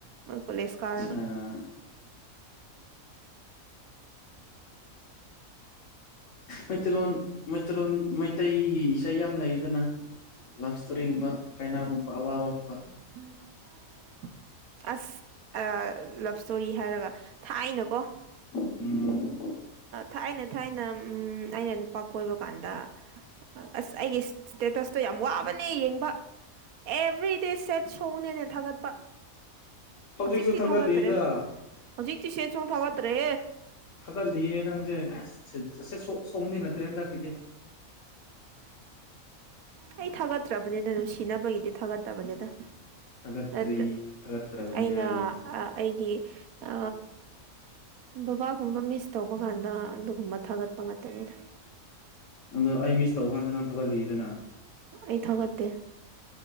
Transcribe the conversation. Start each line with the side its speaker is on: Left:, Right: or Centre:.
Right: ꯃꯣꯏ ꯀꯣꯂꯦꯖ ꯀꯥꯔꯒ
Left: ꯑ ꯃꯩꯇꯩꯂꯣꯟ ꯃꯩꯇꯩꯂꯣꯟ ꯃꯩꯇꯩꯒꯤ ꯏꯁꯩ ꯌꯥꯝ ꯂꯩꯗꯅ ꯂꯞ ꯏꯁꯇꯣꯔꯤꯒꯨꯝꯕ ꯀꯥꯏꯅꯥꯕꯒꯨꯝꯕ ꯑꯋꯥꯕꯒꯨꯝꯕ
Right: <inaudible> ꯑꯁ ꯂꯞ ꯏꯁꯇꯣꯔꯤ ꯍꯥꯏꯔꯒ ꯊꯥꯏꯅꯀꯣ
Left: ꯎꯝ
Right: ꯊꯥꯏꯅ ꯊꯥꯏꯅ ꯑꯩꯅ ꯅꯨꯄꯥ ꯀꯣꯏꯕ ꯀꯥꯟꯗ ꯑꯁ ꯑꯩꯒꯤ ꯇꯁꯇꯣ ꯌꯥꯝ ꯋꯥꯕꯅꯦ ꯌꯦꯡꯕ ꯑꯦꯚ꯭ꯔꯤꯗꯦ ꯁꯦꯠ ꯁꯣꯡꯅꯦꯅꯦ ꯊꯥꯒꯠꯄ
Left: ꯍꯧꯖꯤꯛꯁꯨ
Right: ꯍꯧꯖꯤꯛꯇꯤ
Left: ꯊꯥꯒꯠꯂꯤꯗ
Right: ꯊꯒꯇ꯭ꯔꯦ ꯍꯧꯖꯤꯛꯇꯤ ꯁꯦꯁ ꯊꯒꯇ꯭ꯔꯦ
Left: ꯊꯥꯒꯠꯂꯤꯌꯦꯦ ꯅꯪꯁꯦ ꯑꯁ ꯑꯁ ꯁꯣꯛꯗꯤ ꯅꯠꯇ꯭ꯔꯦ ꯍꯟꯗꯛꯀꯤꯗꯤ
Right: ꯑꯩ ꯊꯥꯒꯠꯇ꯭ꯔꯕꯅꯤꯅ ꯅꯨꯡꯁꯤꯅꯕꯒꯤꯗꯤ ꯊꯥꯒꯠꯇꯕꯅꯤꯗ
Left: ꯊꯥꯒꯠꯇ꯭ꯔꯤ
Right: ꯑ
Left: ꯊꯥꯒꯠꯇ꯭ꯔꯕꯅꯤ
Right: ꯑꯩꯅ
Left: ꯍꯥꯏꯔꯤ
Right: ꯑꯩꯒꯤ ꯑ ꯕꯕꯥꯒꯨꯝꯕ ꯃꯤꯁ ꯇꯧꯕ ꯀꯥꯟꯗ ꯑꯗꯨꯒꯨꯝꯕ ꯊꯥꯒꯠꯄ ꯉꯥꯛꯇꯅꯤꯗ
Left: ꯑꯗꯣ ꯑꯩ ꯃꯤꯁ ꯇꯧ ꯀꯥꯟꯁꯤ ꯅꯪ ꯊꯥꯒꯠꯂꯤꯗꯅ
Right: ꯑꯩ ꯊꯥꯒꯠꯇꯦ